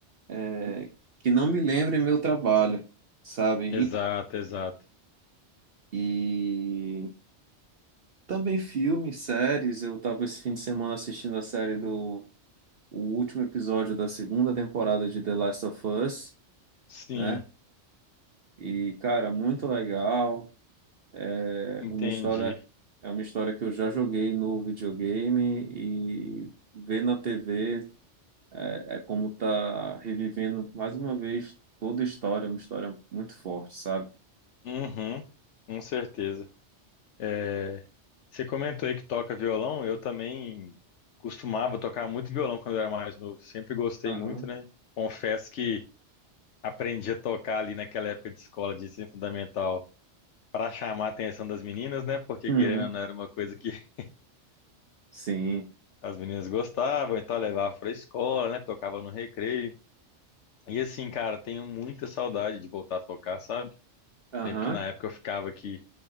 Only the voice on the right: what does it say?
é, que não me lembrem meu trabalho, sabe?
E, e também filmes, séries. Eu tava esse fim de semana assistindo a série do o último episódio da segunda temporada de The Last of Us,
né? E, cara, muito legal. É
uma história, é uma história que eu já joguei no videogame e ver na TV. É como tá revivendo mais uma vez toda a história, uma história muito forte, sabe?
Aham.
Uhum.
Sim.
Aham.